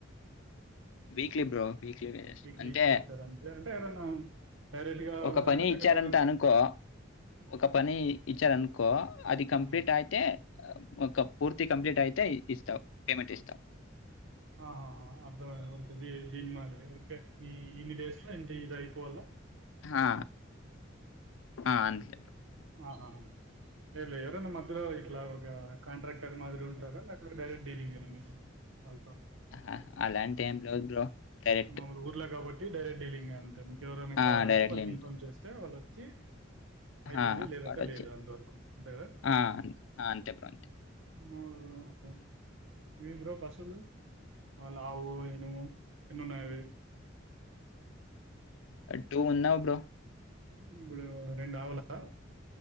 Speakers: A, on the left; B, on the right.
A: weekly bro weekly wages
B: weekly
A: అంటే
B: ఇచ్చేస్తారా అంతే అంటే ఎవరన్నా డైరెక్ట్గా
A: ఒక
B: ఉంటుందా
A: పని
B: లేకుంటే
A: ఇచ్చారంత అనుకో ఒక పని ఇచ్చారనుకో అది
B: ఎవరన్నా
A: కంప్లీట్ అయితే ఒక పూర్తి కంప్లీట్ అయితే ఇస్తావు పేమెంట్ ఇస్తాం
B: ఆ అబ్క ద మాదిక ఇన్ని డేస్ లో ఇంత ఇది అయిపోవాలా
A: హా అలే బ
B: ఆ లే లే ఎవరో నామ్ మాధ ఇట్లా ఒక కాంట్రాక్టర్ మాది ఉంటారా లే అక్కడ డైరెట్ డీలింగేనా అ వాళ్ళతో
A: అహా! అలాంటేం లేదు బ్రో. డైరెక్ట్.
B: మాములు ఊర్లో కాబట్టి డైరెక్ట్ డీలింగ్ అంతే మీక ఎవరైనా
A: ఆ!
B: కావాలంటే
A: డైరెక్ట్
B: వాళ్ళకి
A: లింక్.
B: ఇన్ఫార్మ్ చేస్తే వాళ్ళు చి అయితుంది
A: ఆ!
B: లేదంటే
A: వాడొచ్చి
B: లేదు అంతవరకు అంతే కదా
A: ఆ! ఆ! అంతే బ్రో అంతే.
B: మాలోటె ఇవి బ్రో పశులు మాల ఆవు ఎనుము ఎన్ని ఉన్నాయివి
A: టూ ఉన్నావ్ బ్రో
B: ఇప్పుడు రెండు ఆవలా